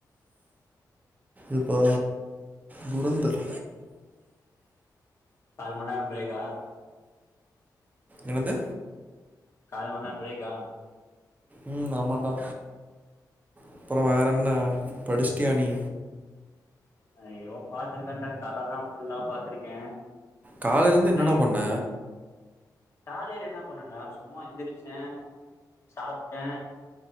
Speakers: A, on the right; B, on the left.
A: இப்போ துரந்தர்
B: கால் மணிநேரம் பிரேக்கா
A: எனது
B: கால் மண்நேரோ பிரேக்கா
A: உம் ஆமான்டா அப்பற வேறென்ன படிச்டியா நீ
B: அய்யோ பாத் யரி கண்டென்ட் கததா ஃபுல்லா பாத்திருக்கே
A: காலையில இருந்து என்னடா
B: ஐயோ
A: பண்ண
B: காலையில என்ன பண்ணன்டா சும்மா எந்திரிச்சே சாப்ட்டே